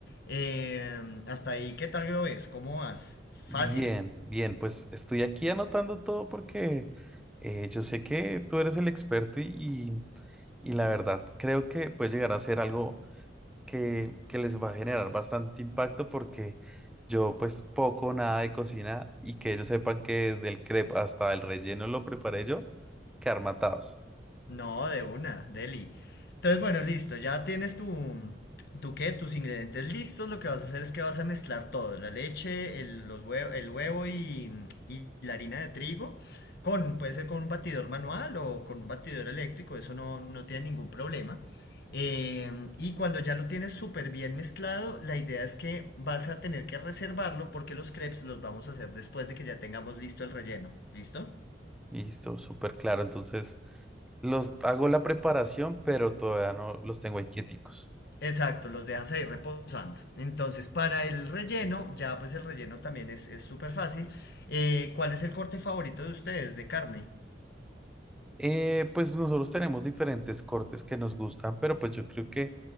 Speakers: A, on the left (about 60°); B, in the centre.
A: Eh, hasta ahí, ¿qué tal lo ves? ¿Cómo vas? Fácil.
B: Bien, bien, pues estoy aquí anotando todo porque eh, yo sé que tú eres el experto y, y- y la verdad creo que puede llegar a ser algo que, que les va a generar bastante impacto porque yo pues poco o nada de cocina y que ellos sepan que desde el crepe hasta el relleno lo preparé yo, quedar matados.
A: No, de una, deli. Entonces, bueno, listo, ya tienes tu, tu qué, tus ingredientes listos. Lo que vas a hacer es que vas a mezclar todo, la leche, el, los hue- el huevo y, y la harina de trigo, con, puede ser con un batidor manual o con un batidor eléctrico, eso no, no tiene ningún problema. Eh, y cuando ya lo tienes súper bien mezclado, la idea es que vas a tener que reservarlo porque los crepes los vamos a hacer después de que ya tengamos listo el relleno. ¿Listo?
B: Listo, súper claro. Entonces los hago la preparación, pero todavía no los tengo ahí quieticos.
A: Exacto, los dejas ahí reposando. Entonces, para el relleno, ya pues el relleno también es es súper fácil. Eh, ¿cuál es el corte favorito de ustedes de carne?
B: Eh, pues nosotros tenemos diferentes cortes que nos gustan, pero pues yo creo que